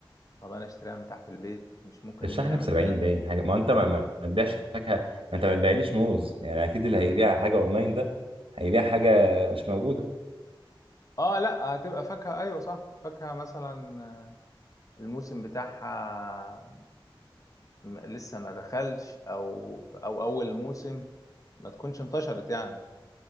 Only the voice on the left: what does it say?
طب انا اشتريها من تحت البيت مش ممكن
يعمل
كده
اه لا هتبقى فاكهة ايوه صح فاكهة مثلا الموسم بتاعها م- لسه ما دخلش او او اول موسم ما تكونش انتشرت يعني